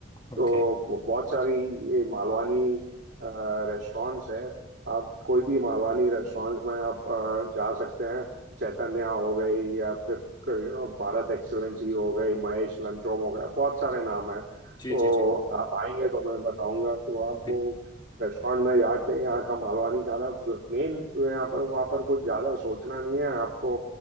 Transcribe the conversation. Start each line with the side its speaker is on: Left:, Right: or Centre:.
Left: ओके
Right: तो ब- बहुत सारी ये मालवानी रेस्टोरेंट्स हैं आप कोई भी मालवानी रेस्टोरेंट्स में आप अ, जा सकते हैं चैतन्या हो गई या फिर यू नो भारत एक्सेलेंसी हो गई महेश लंचोम हो गया बहुत सारे नाम हैं
Left: जी
Right: तो
Left: जी जी
Right: आप आएंगे तो मैं बताऊंगा तो आपको
Left: बिल्कुल
Right: रेस्टोरेंट में जाके यहाँ का मालवानी खाना मेन यहाँ पर वहाँ पर कुछ ज़्यादा सोचना नहीं है आपको